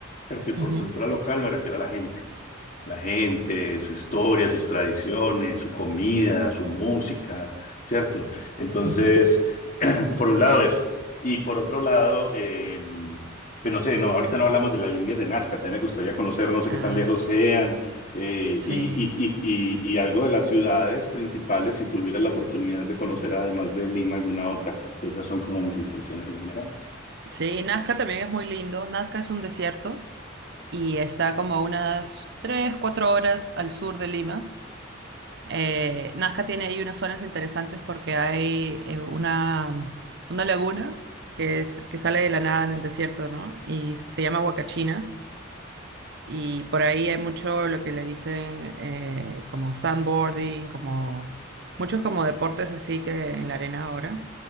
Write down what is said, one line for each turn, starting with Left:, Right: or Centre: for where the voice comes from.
Left: ¿cierto? Y por
Right: Ujú,
Left: cultura local me refiero a la gente. La gente, su historia, sus tradiciones, su comida, su música, ¿cierto? Entonces,
Right: ujú.
Left: <clears throat> por un lado eso. Y por otro lado, eh, pues no sé, no, ahorita no hablamos de las líneas de Nazca, también me gustaría conocer, no sé qué
Right: Ah,
Left: tan lejos sean, eh,
Right: sí.
Left: y, y, y, y, y algo de las ciudades principales, si tuviera la oportunidad de conocer, además de Lima, alguna otra. Esas son como mis intenciones en general.
Right: Sí, Nazca también es muy lindo. Nazca es un desierto y está como a unas 3, 4 horas al sur de Lima. Eh, Nazca tiene ahí unas zonas interesantes porque hay eh, una, una laguna que, es- que sale de la nada en el desierto, ¿no? Y se llama Huacachina. Y por ahí hay mucho lo que le dicen eh, como sandboarding, como muchos como deportes así que en la arena ahora.